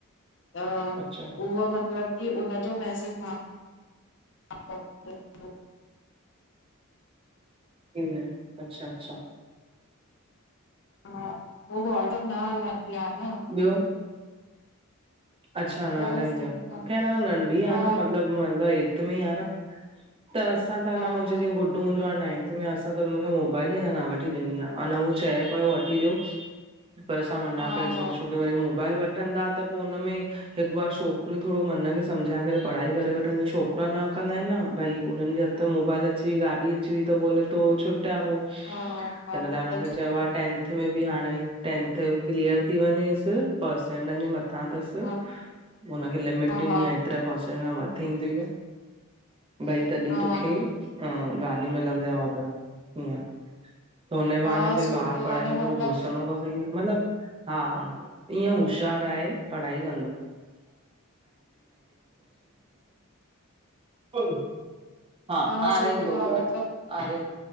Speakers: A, on the left; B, on the right.
A: त
B: अच्छा
A: उह मतलब की उनजो मैसेज मा ह <unintelligible>
B: हम्म, अच्छा -अच्छा
A: हा, हो वाट अप न हलाइंदी आ न
B: ॿियो। अचछा न हलाईंदी
A: बस ठीक
B: आहे
A: आ
B: अ न नंढी आहे
A: हा
B: न मतलब में आहे न। त असां त
A: हा
B: न मुंहिंजी
A: हा
B: जीअं ग -- अ ट मुंहिंजो आहे नाइंथ में असां त हुनखे मोबाइल ई अ न वठी ॾिनी आहे अन उहो चए पियो वठी ॾियो। पर असां मना
A: हा
B: कई सोचूं की वरी मोबाइल वठंदा त पोइ हुनन में। हिक बार छोकिरियूं थोरो मन खे सम्झाए करे पढ़ाई करे वठंदियूं छोकिरा न कंदा आहिन न भई हुननन खे। त मोबाइल अची गाॾी अची त तो छोटे आबो
A: हा हा
B: तन
A: हा
B: लाइ उनखे
A: त
B: चयो। टेंनथ में बि हाणे टेंथ जो क्लीअर थी वञेस पसेंटन जे मथां अथस।
A: हा
B: हुनखे लिमिट
A: हा
B: ॾिनी आहे एतिरे प खां मथे ईंदी ई न -- भई तॾहिं
A: हा
B: तोखे गाॾी मिलंदी और हीअं -- त हुन बहाने
A: हा
B: भई
A: सुठो
B: ॿारु पढ़ाई
A: आ न
B: में थोरो
A: मतलब
B: घुसंदो थो सही मतलब। हा ईअं होश्यारु आहे पढ़ाई। टथ -- हा
A: न
B: आ
A: सुठो
B: रीूं दो आ
A: मतलब
B: रह।